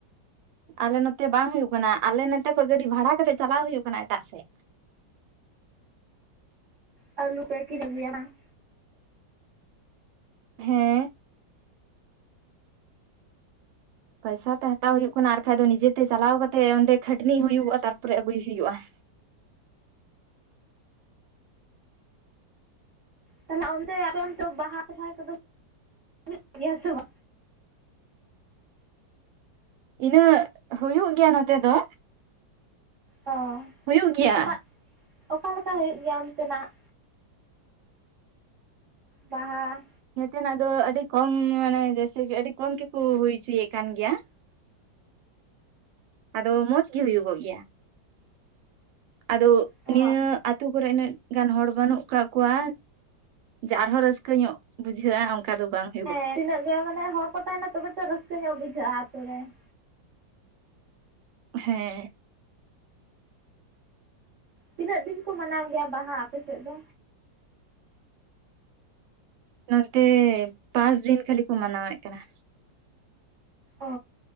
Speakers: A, on the right; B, on the right.
A: ᱟᱞᱮ ᱱᱚᱛᱮ ᱵᱟᱝ ᱦᱩᱭᱩᱜ ᱠᱟᱱᱟ, ᱟᱞᱮ ᱱᱚᱛᱮ ᱠᱷᱚᱡ ᱜᱟᱹᱰᱤ ᱵᱷᱟᱲᱟ ᱠᱟᱛᱮ ᱪᱟᱞᱟᱣ ᱦᱩᱭᱩᱜ ᱠᱟᱱᱟ ᱮᱴᱟᱜ ᱥᱮᱫ ᱾
B: ᱟᱞᱩ ᱯᱮ ᱟᱠᱤᱨ ᱟᱜᱩᱭᱟ ᱵᱟᱝ?
A: ᱦᱮᱸ ᱾ ᱯᱚᱭᱥᱟᱹ ᱛᱮ ᱦᱟᱛᱟᱣ ᱦᱩᱭᱩᱜ ᱠᱟᱱᱟ ᱟᱨ ᱵᱟᱠᱷᱟᱡ ᱫᱚ ᱱᱤᱡᱮᱛᱮ ᱪᱟᱞᱟᱣ ᱠᱟᱛᱮ ᱚᱸᱰᱮ ᱠᱷᱟᱹᱴᱱᱤ ᱦᱩᱭᱩᱜᱼᱟ, ᱛᱟᱨᱯᱚᱨᱮ ᱟᱹᱜᱩᱭ ᱦᱩᱭᱩᱜᱼᱟ ᱾
B: ᱛᱟᱦᱚᱞᱮ ᱚᱱᱛᱮ ᱟᱯᱮ ᱚᱱᱛᱮ ᱵᱟᱦᱟ ᱥᱚᱨᱦᱟᱭ ᱠᱚᱫᱚ ᱦᱩᱭᱩᱜ ᱜᱮᱭᱟ ᱥᱮ ᱵᱟᱝ?
A: ᱤᱱᱟᱹ ᱦᱩᱭᱩᱜ ᱜᱮᱭᱟ ᱱᱚᱛᱮ ᱫᱚ,
B: ᱚ
A: ᱦᱩᱭᱩᱜ ᱜᱮᱭᱟ
B: ᱚᱠᱟ
A: ᱾
B: ᱚᱠᱟ ᱞᱮᱠᱟ ᱦᱩᱭᱩᱜ ᱜᱮᱭᱟ ᱚᱱᱛᱮ ᱱᱟᱜ ᱾ ᱵᱟᱦᱟ ᱾
A: ᱱᱚᱛᱱᱟᱜ ᱫᱚ ᱟᱹᱰᱤ ᱠᱚᱢ, ᱢᱟᱱᱮ ᱡᱮᱭᱥᱮ ᱠᱤ ᱟᱹᱰᱤ ᱠᱚᱢ ᱜᱮᱠᱚ ᱦᱩᱭ ᱦᱚᱪᱚᱭᱮᱫ ᱠᱟᱱ ᱜᱮᱭᱟ ᱾ ᱟᱫᱚ ᱢᱚᱸᱡᱽ ᱜᱮ ᱦᱩᱭᱩᱜᱚᱜ ᱜᱮᱭᱟ, ᱟᱫᱚ
B: ᱚ
A: ᱱᱤᱭᱟᱹ ᱟᱹᱛᱩ ᱠᱚᱨᱮᱱᱟᱜ ᱜᱟᱱ ᱦᱚᱲ ᱵᱟᱹᱱᱩᱜ ᱟᱠᱟᱜ ᱠᱚᱣᱟ ᱡᱮ, ᱟᱨᱦᱚᱸ ᱨᱟᱹᱥᱠᱟᱹ ᱧᱚᱜ ᱵᱩᱡᱷᱟᱹᱜᱼᱟ ᱚᱱᱠᱟ ᱫᱚ ᱵᱟᱝ ᱾
B: ᱦᱮᱸ, ᱛᱤᱱᱟᱹᱜ ᱜᱮ ᱢᱟᱱᱮ ᱦᱚᱲ ᱠᱚ ᱛᱟᱦᱮᱱᱟ ᱛᱚᱵᱮ ᱛᱚ ᱨᱟᱹᱥᱠᱟᱹ ᱧᱚᱜ ᱵᱩᱡᱷᱟᱹᱜᱼᱟ ᱟᱛᱩ ᱨᱮ ᱾
A: ᱦᱮᱸ ᱾
B: ᱛᱤᱱᱟᱹᱜ ᱫᱤᱱ ᱠᱚ ᱢᱟᱱᱟᱣ ᱜᱮᱭᱟ ᱵᱟᱦᱟ ᱟᱯᱮ ᱥᱮᱫ ᱫᱚ?
A: ᱱᱚᱛᱮ ᱯᱟᱸᱪᱫᱤᱱ ᱠᱷᱟᱹᱞᱤ ᱠᱚ ᱢᱟᱱᱟᱣᱮᱫ ᱠᱟᱱᱟ ᱾
B: ᱚ